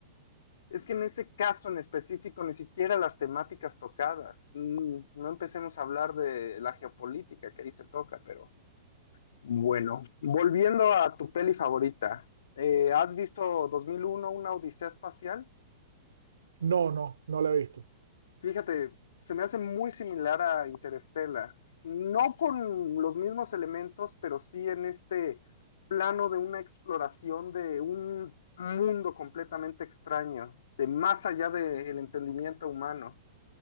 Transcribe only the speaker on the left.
Es que en ese caso en específico, ni siquiera las temáticas tocadas. Mm, No empecemos a hablar de la geopolítica que ahí se toca, pero bueno, volviendo a tu peli favorita, eh, ¿has visto 2001, una odisea espacial?
Fíjate, se me hace muy similar a Interestela. No con los mismos elementos, pero sí en este plano de una exploración de un mundo completamente extraño, de más allá del entendimiento humano.